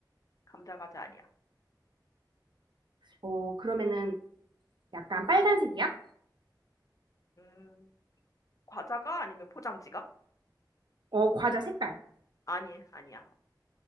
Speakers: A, on the left; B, on the right.
A: 감자 과자 아니야.
B: 어, 그러면은 약간 빨간색이야?
A: 음, 과자가 아니면 포장지가?
B: 어, 과자 색깔.
A: 아니, 아니야.